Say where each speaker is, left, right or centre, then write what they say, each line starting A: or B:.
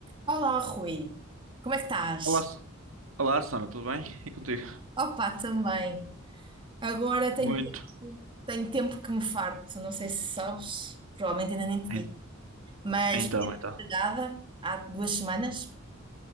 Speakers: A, on the right; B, on the right.
A: Olá, Rui. Como é que estás?
B: Olá, S- Olá, Sana. tudo bem? E contigo?
A: Opa, também. Agora tenho,
B: Muito.
A: tenho tempo que me farto. Não sei se sabes, provavelmente ainda nem te
B: En-
A: digo, mas
B: Então,
A: fiquei desempregada
B: então.
A: há duas semanas, de